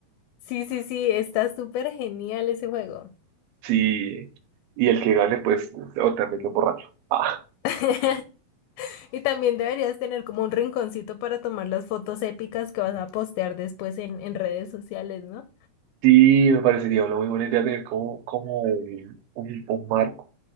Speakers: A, on the left; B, on the right.
A: Sí, sí, sí, está súper genial ese juego.
B: Sí, y el que gane, pues, o también es borracho. Ah,
A: <laughs> Y también deberías tener como un rinconcito para tomar las fotos épicas que vas a postear después en, en redes sociales, ¿no?
B: sí, me parecería una muy buena idea tener como, como un, un marco